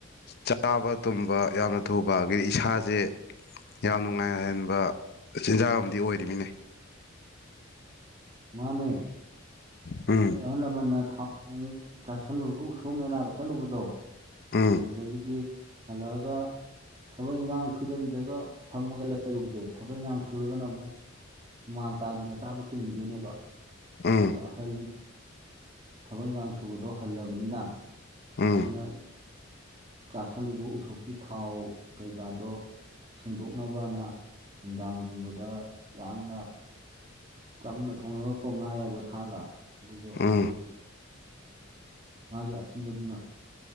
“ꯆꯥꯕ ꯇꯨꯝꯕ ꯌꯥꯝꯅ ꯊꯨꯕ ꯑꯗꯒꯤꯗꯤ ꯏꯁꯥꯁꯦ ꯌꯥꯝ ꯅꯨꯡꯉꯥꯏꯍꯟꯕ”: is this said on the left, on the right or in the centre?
Left